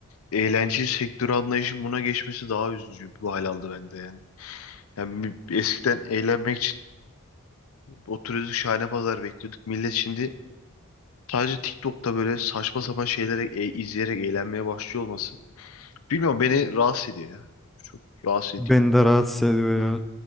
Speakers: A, on the left; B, in the centre.
A: eğlence sektörü anlayışının buna geçmesi daha üzücü bir hal aldı bende yani. Yani bir- eskiden eğlenmek için oturuyorduk şahane pazar bekliyorduk. Millet şimdi sadece TikTok'ta böyle saçma sapan şeyleri e- izleyerek eğlenmeye başlıyor olması. Bilmiyorum beni rahatsız ediyor ya. Çok rahatsız
B: Beni
A: ediyor.
B: de rahatsız ediyor
A: Hı.
B: ya.